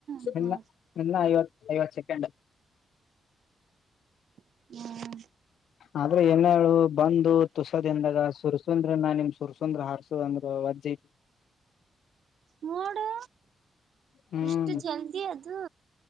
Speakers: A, on the right (about 65°); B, on the left (about 80°).
A: ಇದು
B: ಇನ್ನ ಇನ್ನ ಐವತ್ತ್ ಐವತ್ತ್ ಸೆಕಂಡ್
A: ಹ್ಮ
B: ಆದ್ರೆ ಏನ ಹೇಳು ಬಂದು ತುಸದ ದಿನದಾಗ ಸುರ್ಸುಂದ್ರ ನಾ ನಿಮ್ ಸುರ್ಸುಂದ್ರ ಹಾರಸು ಅಂದ್ರ ವಜ್ಜಿ
A: ನೋಡು
B: ಹ್ಮ್
A: ಇಷ್ಟು ಜಲ್ದಿ ಅದು